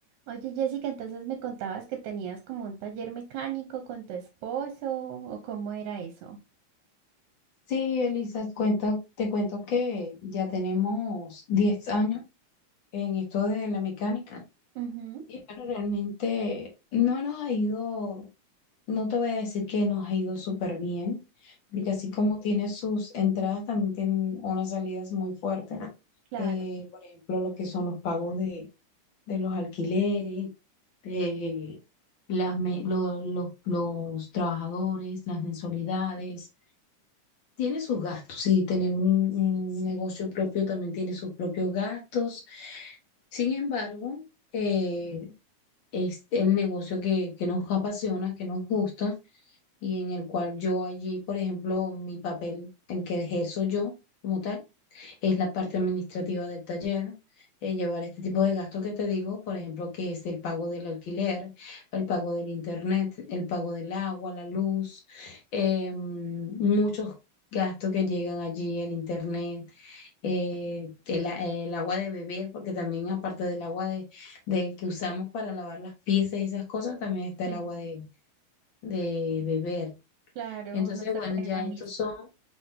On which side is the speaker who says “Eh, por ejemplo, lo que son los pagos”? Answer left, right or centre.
Left